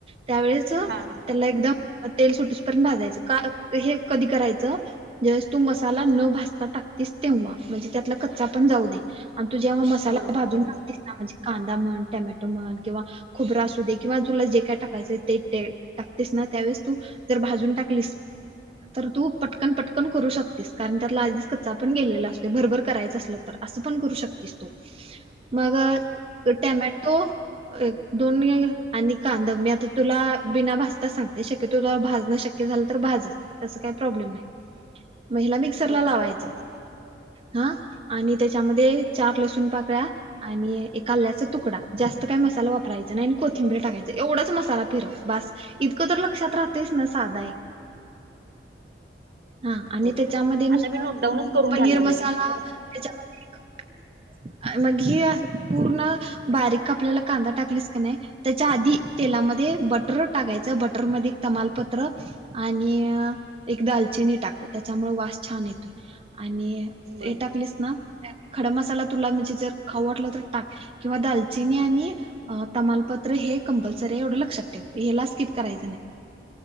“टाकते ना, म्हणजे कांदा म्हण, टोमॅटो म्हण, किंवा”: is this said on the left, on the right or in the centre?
Right